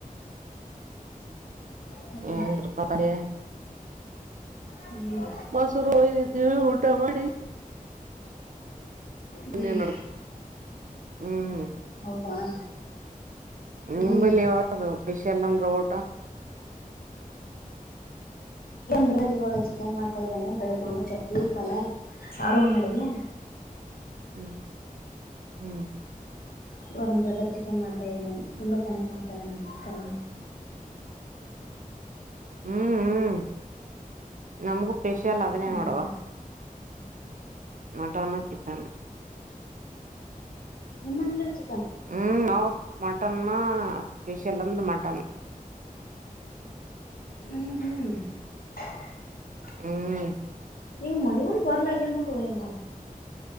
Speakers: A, on the right; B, on the left.
A: <inaudible>
B: ಹ್ಮ್
A: ಹ್ಮ ತೃಪಾಲ
B: ಹ್ಮ್
A: ಮಾಸೂರು ವದವಿ ಉಊಟಾ ಮಾಡಿ
B: ಹ್ಮ್
A: ಬಂದೀವ್ ನೋಡ್ ಹ್ಮ್
B: ಹೌದಾ <inaudible> ಹ್ಮ್
A: ನಿಂಬಲ್ಲಿ ಯದು ಪಶ್ ಎಲ್ಲಂದ್ರ ಊಟ
B: ಬ್ರರ್ ಇವಾಗ ಚಿಕನ್ ಮಾಡ್ ಹತಾ ಇದ್ದಾನೆ ಬೆಳಗ್ಗೆ ನಾನು ಚಪ್ತಿಪಲ್ ಸಾರು ಮಾಡಿದೆ
A: ಹ್ಮ್ ಹ್ಮ್
B: ಇ ಬ್ರದರ್ ಚಿಕನ್ ಮಾಡ್ತಾ ಇದೇನೆ ತುಂಬಾ ಚೆನ್ನಾಗ್ತಾನೆ ನನ್ ತಮ್ಮ
A: ಹ್ಮ್ ಹ್ಮ್ ನಮಗೆ ಪಷಲ್ಲ ಅದನ್ನೇ
B: ಹ್ಮ್
A: ನೋಡವಾ ಮಟನ್ ಚಿಕನ್
B: ಎ ಮನಲ ಚ
A: ಹ್ಮ್ ನಾ ಮಟನ್ನ ಹ ಪಷ ಎಲ್ಲಂದರ ಮಾಟಾನ
B: ಹ್ಮ್ ಹ್ಮ್ <inaudible>
A: ಹ್ಮ್ <inaudible>
B: ಇ ಮಾಡಿ ಒನ್ ಪಲಾಗೆನು ರವ <inaudible>